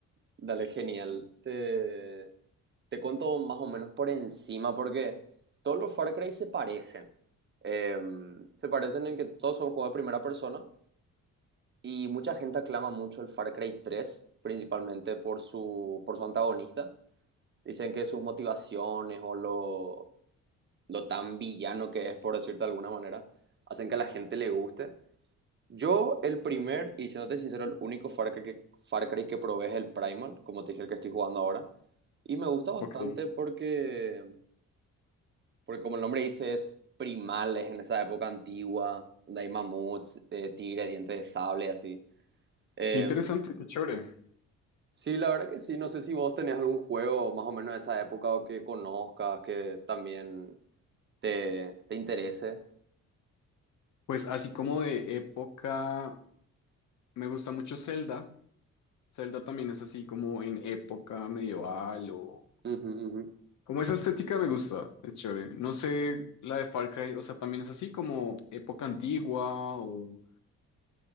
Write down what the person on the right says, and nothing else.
dale, genial. Te, te cuento más o menos por encima porque todos los Far Cry se parecen. Em, se parecen en que todos son juegos de primera persona Y mucha gente aclama mucho el Far Cry 3 principalmente por su, por su antagonista. Dicen que sus motivaciones o lo, lo tan villano que es, por decirte de alguna manera, hacen que a la gente le guste. Yo, el primer, y siéndote sincero, el único Far Cry que, Far Cry que probé es el Primal, como te dije, el que estoy jugando ahora. Y me gusta bastante
porque, porque como el nombre dice, es primales en esa época antigua, donde hay mamuts, eh, tigres, dientes de sable, así. Eh,
Sí, la verdad que sí. No sé si vos tenés algún juego más o menos de esa época o que conozcas, que también te, te interese.
Ujú, ujú.